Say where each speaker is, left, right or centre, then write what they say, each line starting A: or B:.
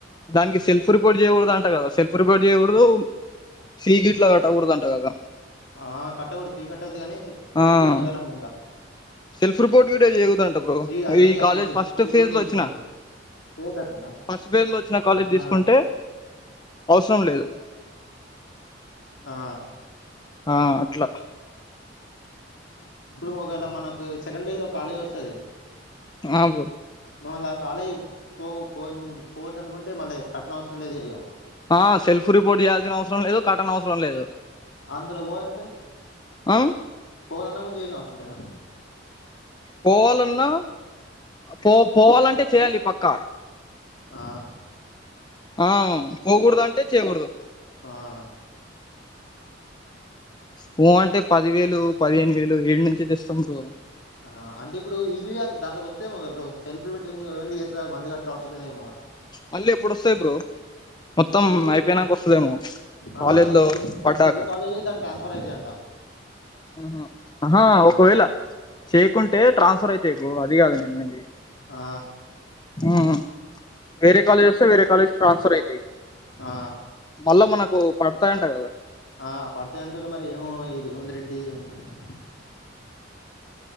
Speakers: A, on the left (about 25°); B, on the left (about 70°).
A: దానికి సెల్ఫ్ రిపోర్ట్ చేయకూడదు అంట కదా సెల్ఫ్ రిపోర్ట్ చేయకూడదు సీ గిట్లా గట్టకూడదంట కదా
B: ఆ కట్టకూడదు ఫీ కట్టద్దు కానీ సెలైఫ్
A: ఆ
B: రిపోర్ట్ చేయాలనుకుంటా
A: సెల్ఫ్ రిపోర్ట్ వీడియో చేయగుతంట బ్రో,
B: సీ అది ఉంటది
A: ఈ
B: కదా
A: college
B: seat
A: first
B: seat
A: phase
B: booking
A: లో
B: చేసుకోవాలంటది
A: వచ్చినా
B: చేయొద్దట్లనా
A: ఫస్ట్ ఫేస్ లో వచ్చిన కాలేజ్
B: ఆ
A: తీసుకుంటే, అవసరం లేదు.
B: ఆ
A: ఆ అట్ల
B: ఇప్పుడు ఒకవేళ మనకు సెకండ్ ఫేస్ లో కాలేజ్ వస్తది.
A: నాకు
B: మల్ల ఆ కాలే పోకు పోనీరు, పోవద్దనుకుంటే మళ్ళీ ఇగ కట్టనవసరం లేదు గద ఇగ
A: ఆ సెల్ఫ్ రిపోర్ట్ చేయాల్సిన అవసరం లేదు, కట్టనవసరం లేదు.
B: అందులో పోవలంటే,
A: ఆ
B: పోవలన్నా గుడా చేయనివసరం లేదా?
A: పోవాలన్నా పో పోవాలంటే చేయాలి పక్క.
B: ఆ
A: ఆ పోకూడదు అంటే చేయకూడదు.
B: ఆహ ఓకే.
A: పో అంటే పదివేలు, పదిహేను వేలు, ఏడు నుంచి తెస్తాం బ్రో?
B: ఆ అంటే ఇప్పుడు ఇవి అం దాంట్లోకి వస్తే ఏమో కదా బ్రో, సెల్ఫ్ మీటింగ్ చెత్తదట మళ్ళీ కట్టనవసరం లేదేమోగ
A: మళ్ళ ఎప్పుడొస్తయి బ్రో మొత్తం
B: ఇవి
A: అయిపోయినంక వస్తదేమో,
B: ఆహా
A: కాలేజ్ లో
B: ఇంది
A: పడ్డాక
B: ఈ కాలేజే దాని ట్రాన్స్ఫర్ అయితయ్ అంట.
A: ఆహ ఆహా
B: ఆ
A: ఒకవేళ చేయకుంటే ట్రాన్స్ఫర్ అయితాయి బ్రో, అది కాదు నేను అన్నది
B: ఆ
A: ఆ వేరే కాలేజ్ వస్తే, వేరే కాలేజ్ ట్రాన్స్ఫర్ అవుతయి
B: ఆ
A: మళ్ళా మనకు పడతాయంట కదా.
B: ఆ పడితే అంటరు మరి ఏమో ఈ రేవంత్ రెడ్డి అంత కదా.